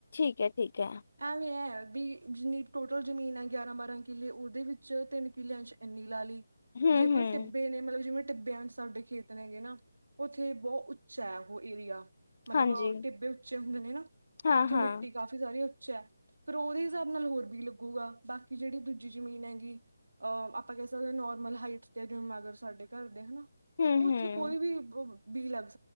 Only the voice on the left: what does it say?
ਠੀਕ ਐ ਠੀਕ ਐ।
ਹੂੰ-ਹੂੰ
ਹਾਂਜੀ
ਹਾਂ-ਹਾਂ
ਹੂੰ-ਹੂੰ